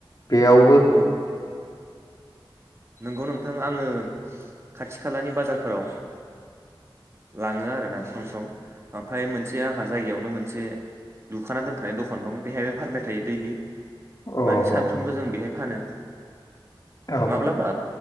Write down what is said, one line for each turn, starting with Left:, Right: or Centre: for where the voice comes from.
Left: बेयाव
Right: औ नंगौ नोंथां आङो खाथि खालानि बाजारफोराव लाङो आरोना सम सम ओमफ्राय मोनसे आंहा जायगायावनो मोनसे लुखाना दोनखानाय दखान दं बेहायबो फानबाय थायो दैलि
Left: अ
Right: माने
Left: औ
Right: सानफ्रोमबो जों बेहाय फानो
Left: औ
Right: माब्लाबा